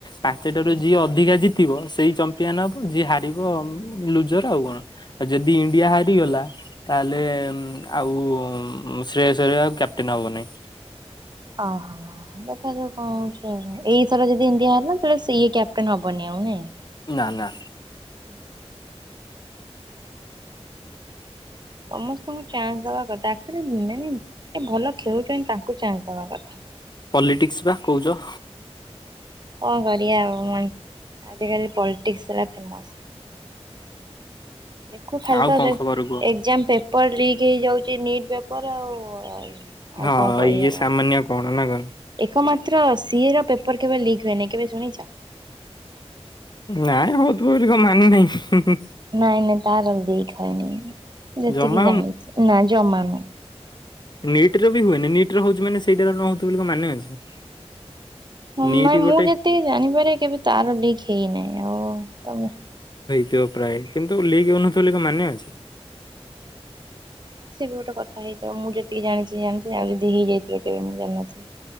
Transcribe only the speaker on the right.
ଓହୋ ଦେଖାଯାଉ କଣ ହଉଛି ଆଉ ଏଇଥର ଯଦି ଇଣ୍ଡିଆ ହାରିଲା ଇଏ କ୍ୟାପଟେନ ହବନି ଆଉ ନାଇଁ।
ହ ସମସ୍ତଙ୍କୁ ଚାନ୍ସ ଦବା କଥା ଆକଚୋଲି ମାନେ ଭଲ ଖେଳୁଛନ୍ତି ତାଙ୍କୁ ଚାନ୍ସ ଦବା କଥା।
କଣ କରିବା ଆଉ ଆଜିକାଲି ପଲିଟିକ୍ସ ହେଲା ଫେମସ୍। ଦେଖୁ ଖାଲି
ଟା
ରେ
ଏକ୍ଜାମ ପେପର ଲିକ୍ ହେଇ ଯାଉଚି ନିଟ୍ ପେପର ଆଉ ଆଉ
କଣ କହିବା
କ?
ଏକ ମାସ ତ୍ର ସି ର ପେପର କେବେ ଲିକ୍ ହୁଏନି କେବେ ଶୁଣିଚ?
ନାଇଁ ନାଇଁ ତାର ଲିଇକ ହୋଏନି ଯେତିକି
ଜାଣିଚି ନା, ଜମା ନୁହ।
ହଁ,
ନାଇଁ
ମୁଁ ଯେତିକି ଜାଣିପାରେ କେବେ ତାର ଲିକ୍ ହେଇନାହିଁ ଆଉ ତମେ
ହଁ, ସେ ବି ଗୋଟେ କଥା ହେଇଥିବ ମୁଁ ଯେତିକି ଜାଣିଚି ଜାଣିଚି ଆଉ ଯଦି ହେଇଯାଇଥିବ କେବେ ମୁଁ ଜାଣିନଥିବି